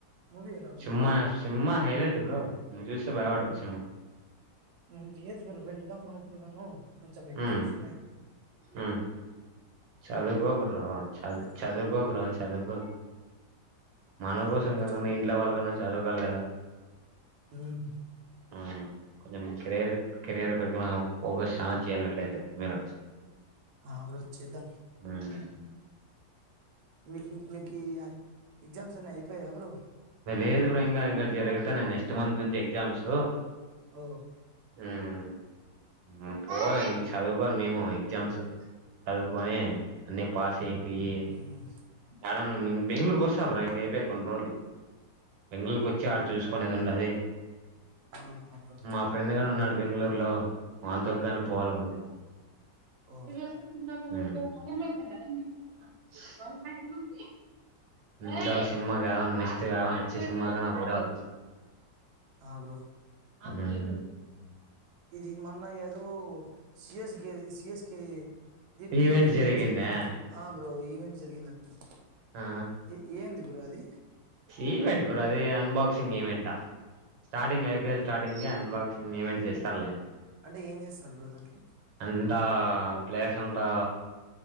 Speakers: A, on the right (about 65°); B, on the right (about 80°).
A: మూవీ ఎలా ఉంది
B: సింమా
A: బ్రో
B: సినిమా హైలెట్ బ్రో నువ్వు చూస్తే భయపడతావు సినిమా
A: హ్మ్ లేదు బ్రో వెళుదాం అనుకున్నాను, కొంచం ఎగ్జామ్స్
B: మ్మ్
A: ఉన్నాయ్
B: మ్మ్ చదువుకో బ్రో చదు చదువుకో బ్రో చదువుకో మన
A: ఆ
B: కోసం
A: బ్రో
B: కాకున్నా ఇంట్లో వాళ్ళకన్నా చదవుకోవాలి కదా
A: హ్మ్
B: ఉమ్, కొంచెం కెరర్ కెరీయర్ పై ఫోకస్ చానా చేయ్యల అట్లయితే మీరు
A: ఆ బ్రో చేద్దాం
B: ఉమ్.
A: మీకు మీకి ఆ ఎగ్జామ్స్ అన్ని అయిపోయా బ్రో
B: లేదు బ్రో ఇంగా ఇంగా జరుగుతున్నయ్ నెక్స్ట్ మంత్ నుంచి ఎగ్జామ్స్
A: ఓ
B: హ్మ్ పోవాల చదువుకోవాలి మేము ఎగ్జామ్స్ సదువ్కొని అన్ని పాస్ అయి పోయి
A: ఉమ్,
B: యాడన్న బెంగుళూరు కోస్తా బ్రో ఇంకా అయిపోయా కొన్ని రోజులు బెంగళూరుకి వచ్చి ఆడ చూసుకునేది ఉండది
A: ఆ బ్రో
B: మా ఫ్రెండ్ గాడు ఉన్నాడు బెంగుళూ లో వానితోగాని పోవాల <unintelligible> హ్మ్
A: ఓ
B: ఇంకా సిమ్మ గావన్న నే తి యావన్నవచ్చే సినిమాల కన్నా పోయిరావల్ల
A: ఆ బ్రో
B: ఊహ్మ్
A: ఇది మొన్న యదో సిఎస్కే సిఎస్కే ఇది టీమ్‌ది
B: ఈవెంట్
A: ఏదో
B: జరిగిందా
A: జరిగింది ఆ బ్రో ఈవెంట్ జరిగిందంట కదా
B: ఆ
A: ఏ ఏంది బ్రో అది
B: ఈవెంట్ బ్రో అది అన్బాక్సింగ్ ఈవెంటా స్టార్టింగ్ ఐపీఎల్ స్టార్టింగ్ఎ అన్బాక్సింగ్ ఈవెంట్ చేస్తారులే
A: అంటే ఏం చేస్తారు బ్రో దాంట్లో
B: అంతా ప్లేయర్స్ అంతా